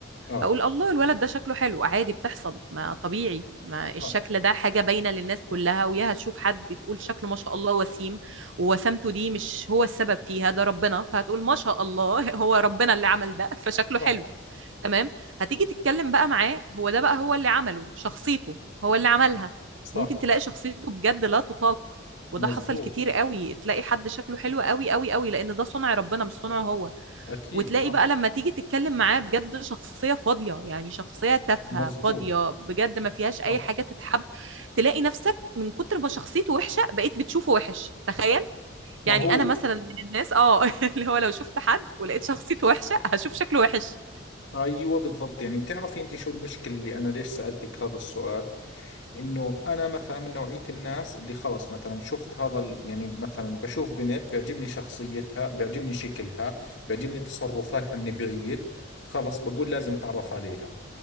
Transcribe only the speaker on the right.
اقول الله الولد ده شكله حلو عادي بتحصل ما طبيعي ما الشكل
ده حاجة باينة للناس كلها وياها تشوف حد تقول شكله ما شاء الله وسيم ووسامته دي مش هو السبب فيها ده ربنا فهتقول ما شاء الله <laughs> هو ربنا اللي عمل ده فشكله
حلو تمام هتيجي تتكلم بقى معاه هو ده بقى هو اللي عمله شخصيته هو اللي عملها
ممكن تلاقي شخصيته بجد لا تطاق
وده حصل كتير قوي تلاقي حد شكله حلو قوي قوي قوي لان ده صنع ربنا مش صنعه هو
وتلاقي
بقى لما تيجي تتكلم معاه بجد شخصية فاضية يعني شخصية تافهة
فاضية بجد ما فيهاش
أي حاجة تتحب تلاقي نفسك من كتر ما شخصيته وحشة بقيت بتشوفه وحش تخيل
يعني
أنا مثلا من الناس اه <laughs> اللي هو لو شفت حد ولقيت شخصيته وحشة هشوف شكله وحش